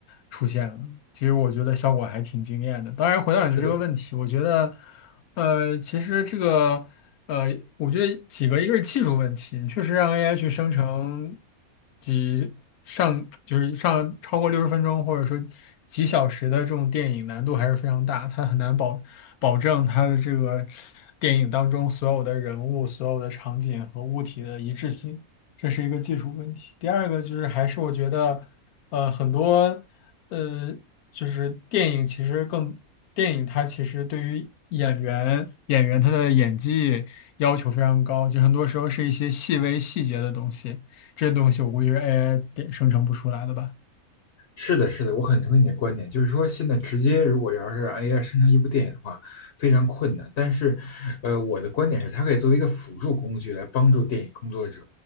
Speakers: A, on the left; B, on the left.
A: 出现了。其实我觉得效果还挺惊艳的。当然，回到你的这个问题，
B: 是的，
A: 我觉得，呃，其实这个，呃，我觉得几个，一个是技术问题，确实让 AI 去生成几上就是上超过六十分钟，或者说几小时的这种电影，难度还是非常大，它很难保保证它的这个电影当中所有的人物、所有的场景和物体的一致性。这是一个技术问题。第二个就是还是我觉得，呃，很多。呃，就是电影其实更，电影它其实对于演员演员他的演技要求非常高，就很多时候是一些细微细节的东西，这些东西我估计是 AI 点生成不出来的吧。
B: 是的，是的，我很同意你的观点，就是说现在直接如果要是让 AI 生成一部电影的话，非常困难。但是，呃，我的观点是，它可以作为一个辅助工具来帮助电影工作者。